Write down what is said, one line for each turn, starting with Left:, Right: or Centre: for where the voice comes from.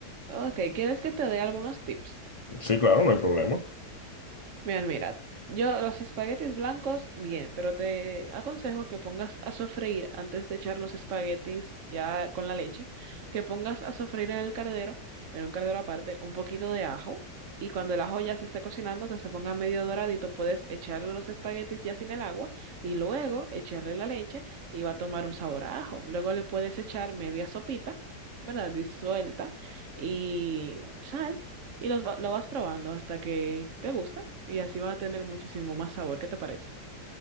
Right: Ok, ¿quieres que te dé algunos tips?
Left: Sí, claro, no hay problema.
Right: Bien, mira, yo los espaguetis blancos, bien, pero te aconsejo que pongas a sofreír antes de echar los espaguetis ya con la leche, que pongas a sofreír en el cardero, en un cardero aparte, un poquito de ajo y cuando el ajo ya se esté cocinando, que se ponga medio doradito, puedes echarle los espaguetis ya sin el agua y luego echarle la leche y va a tomar un sabor a ajo. Luego le puedes echar media sopita, ¿verdad? Disuelta y sal y los va- lo vas probando hasta que te guste y así va a tener muchísimo más sabor. ¿Qué te parece?